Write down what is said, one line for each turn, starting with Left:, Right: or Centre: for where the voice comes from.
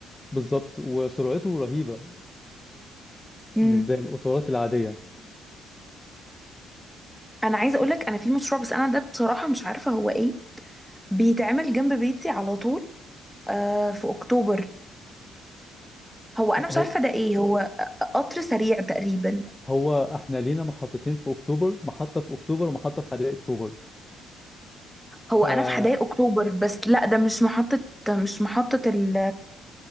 Left: بالظبط وسرعته رهيبة
Centre: امم
Left: مش زي القطارات العادية
Centre: انا عايزه اقول لك انا في مشروع بس انا ده بصراحه مش عارفه هو ايه بيتعمل جنب بيتي على طول آه في اكتوبر هو انا مش
Left: هو
Centre: عارفه ده ايه هو قطر سريع تقريبا
Left: هو احنا لينا محطتين في اكتوبر محطة في اكتوبر ومحطة في حدائق اكتوبر
Centre: هو
Left: فهو
Centre: انا في حدائق اكتوبر بس لا ده مش محطه مش محطه ال